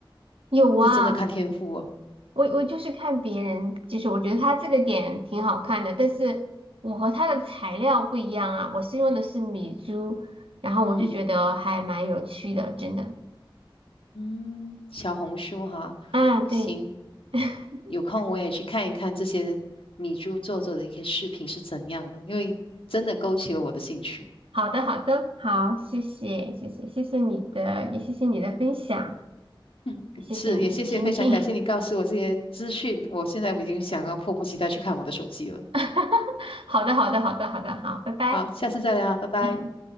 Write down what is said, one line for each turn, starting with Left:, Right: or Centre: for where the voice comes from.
Right: 有啊，
Left: 这真的看天赋哦。
Right: 我我就是看别人，就是我觉得他这个点挺好看的，但是我和他的材料不一样啊，我是用的是米珠，然后我就觉得还蛮有趣的，
Left: 嗯
Right: 真的。
Left: 嗯，小红书哈，
Right: 啊，对，
Left: 行，
Right: <laughs>
Left: 有空我也去看一看这些米珠做做的一些视频是怎样的，因为真的勾起了我的兴趣。
Right: 好的好的，好，谢谢谢谢谢谢你的，也谢谢你的分享，
Left: 嗯，
Right: 谢谢你的倾听。
Left: 是，也谢谢，非常感谢你告诉我这些资讯，我现在我已经想要迫不及待去看我的手机了。
Right: <laughs> 好的好的好的好的，好，拜拜。
Left: 好，下次再聊，拜拜。
Right: 嗯。